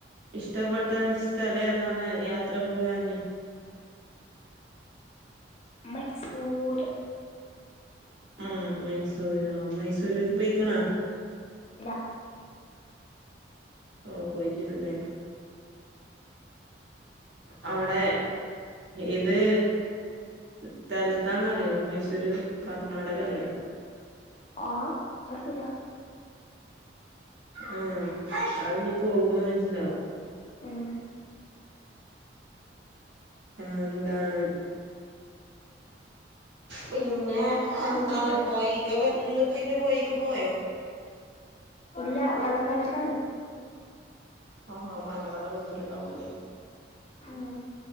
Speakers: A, on the right; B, on the left.
A: ഇഷ്ടപ്പെട്ട സ്ഥലം ഏതാണ് യാത്ര പോകാന്
B: മൈസൂർ
A: ഉം മൈസൂര് ആ മൈസൂര് പൊയിക്ക്ണ
B: ഇല്ല
A: ഓ പോയിട്ടില്ലേ ഉ അവിടെ ഇത് സ്ഥലത്താന്ന് അറിയോ മൈസൂര് കർണാടക അല്ലേ
B: ആഹ് അത്രയില്ല
A: ഉം അത് ഇനി പോകുമ്പോ മനസ്സിലാവും
B: ഉം
A: ഉം എന്താണ് പിന്നെ എന്താണ് പോയിക്ക് ഇന്ന് പിന്നെ പോയീക്ക് പോയോ
B: ഇല്ല വള്ളം വന്നക്കാണ്
A: ആ മലവെള്ളം വന്നിട്ടുണ്ടാവുംല്ലേ
B: ഉം